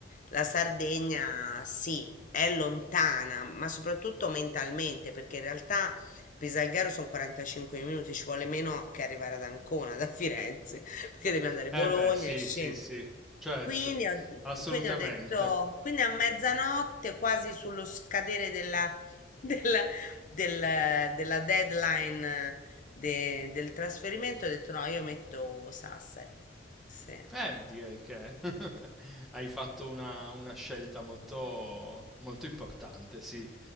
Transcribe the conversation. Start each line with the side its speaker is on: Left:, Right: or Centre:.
Left: la Sardegna sì, è lontana, ma soprattutto mentalmente, perché in realtà Pisalghero sono 45 minuti, ci vuole meno che arrivare ad Ancona da Firenze, <laughs> perché devi andare a Bologna
Centre: Eh beh, sì,
Left: e scendere.
Centre: sì, sì, certo,
Left: Quindi ho,
Centre: assolutamente.
Left: quindi ho detto, quindi a mezzanotte, quasi sullo scadere della, <laughs> della, del- della deadline eh, de- del trasferimento, ho detto no, io metto Sassari. Sì,
Centre: Eh, direi che <laughs> hai fatto una, una scelta molto, molto importante, sì.